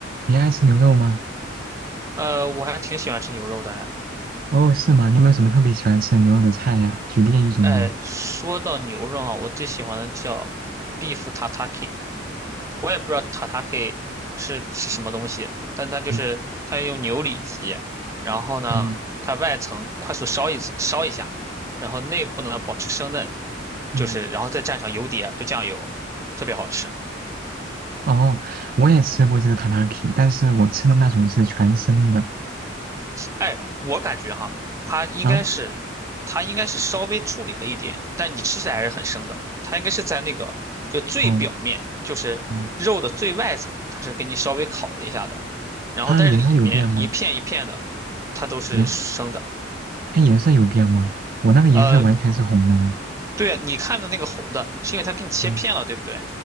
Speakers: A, on the right; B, on the right.
A: 你爱吃牛肉吗？
B: 呃，我还挺喜欢吃牛肉的哎。
A: 哦，是吗？你有没有什么特别喜欢吃的牛肉的菜呀？举例一种呗。
B: 哎，说到牛肉啊，我最喜欢的叫 beef tataki，我也不知道 tataki 是是什么东西，但它就是它用牛里脊，
A: 嗯
B: 然后呢，
A: 嗯
B: 它外层快速烧一次烧一下，然后内部呢保持生嫩，
A: 嗯。
B: 就是然后再蘸上油碟，就酱油，特别好吃。
A: 哦，我也吃过这个塔塔 k 但是我吃的那种是全生的
B: 哎，我感觉哈，它应该是，
A: 啊。
B: 它应该是稍微处理了一点，但你吃起来还是很生的。它应该是在那个就最表面，
A: 嗯
B: 就是肉的最外层，
A: 嗯，
B: 它是给你稍微烤了一下的。然后但是里面一片一片的，
A: 它颜色有变吗？
B: 它都是生的。
A: 颜它颜色有变吗？我那个颜色完全是红的哦。
B: 呃，对啊，你看的那个红的，是因为它给你切片了，
A: 嗯
B: 对不对？